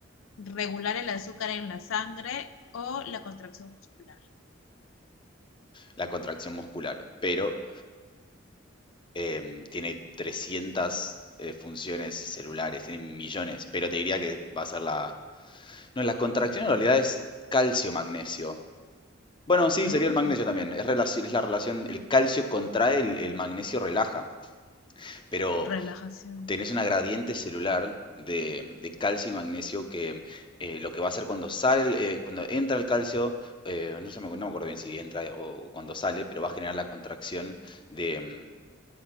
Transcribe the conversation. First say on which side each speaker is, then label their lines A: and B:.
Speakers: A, on the left (about 85°); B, on the left (about 25°).
A: regular el azúcar en la sangre o la contracción muscular.
B: la contracción muscular. Pero em, tiene 300 eh, funciones celulares, tiene millones, pero te diría que va a ser la... No, la contracción en realidad es calcio-magnesio. Bueno, sí,
A: Ah,
B: sería el magnesio también. Es, relaci- es la relación, el calcio contrae, el, el magnesio relaja, pero
A: relajación.
B: tenés una gradiente celular de, de calcio y magnesio que eh, lo que va a hacer cuando sale, eh, cuando entra el calcio, eh, no, se me, no me acuerdo bien si entra o cuando sale, pero va a generar la contracción de, mm,